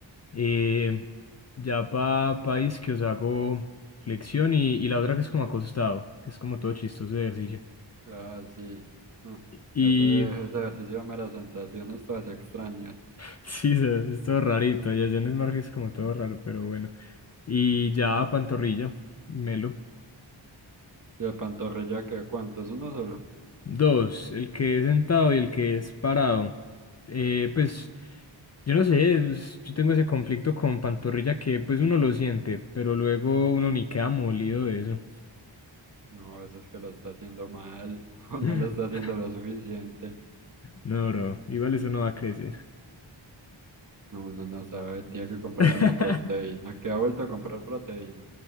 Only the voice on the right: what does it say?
Ah, sí. <laughs>
Ah, Ese, ese ejercicio me da sensaciones todas extrañas.
¿Y de pantorrilla qué? ¿Cuánto? ¿Es uno solo?
No, eso es que lo está haciendo mal. <laughs> O no
lo está haciendo lo suficiente.
No, no, no sabe. Tiene que comprarse
una proteína. ¿Qué ha vuelto a comprar proteína?